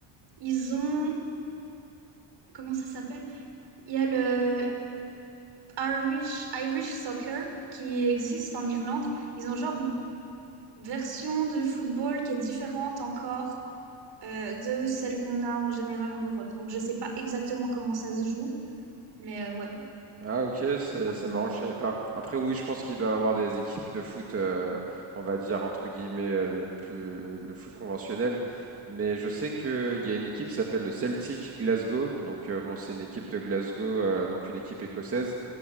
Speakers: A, on the right (about 55°); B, on the right (about 25°).
A: ils ont. Comment ça s'appelle? Il y a le Irish, Irish Soccer qui existe en Irlande. Ils ont genre une version de football qui est différente encore euh, de celle qu'on a en général en Europe. Donc je sais pas exactement comment ça se joue. Mais euh, ouais,
B: Ah ok, c'est
A: apparemment.
B: c'est marrant, je savais pas. Après oui, je pense qu'il doit avoir des équipes de foot, euh, on va dire entre guillemets, euh, plus le, le foot conventionnel. Mais je sais qu'il y a une équipe qui s'appelle le Celtic Glasgow. Donc euh, bon, c'est une équipe de Glasgow, euh, donc une équipe écossaise.